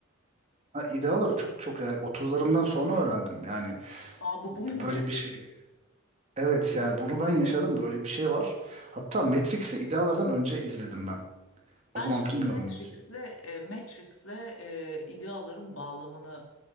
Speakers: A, on the right (about 35°); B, on the left (about 75°).
A: Ha, ideaları çok çok yani otuzlarımdan sonra öğrendim. Yani
B: Aa bu buymuş
A: böyle bir
B: dedin.
A: şey. Evet yani bunu ben yaşadım. Böyle bir şey var. Hatta Matrix'i idealardan önce izledim ben. O
B: Ben
A: zaman
B: şimdi
A: bilmiyordum
B: Matrix'le
A: böyle şey.
B: e, Matrix'le e, ideaların bağlamını